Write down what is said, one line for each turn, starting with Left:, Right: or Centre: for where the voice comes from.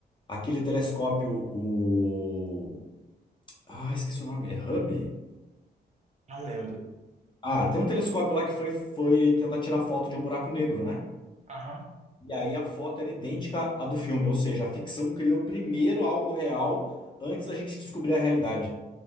Left: aquele telescópio, o. Ah, esqueci o nome, é Hubble?
Right: Não lembro.
Left: Ah, tem um telescópio lá que foi, foi tentar tirar foto de um buraco negro, né?
Right: Aham.
Left: E aí a foto era idêntica à do filme, ou seja, a ficção criou primeiro algo real antes da gente descobrir a realidade.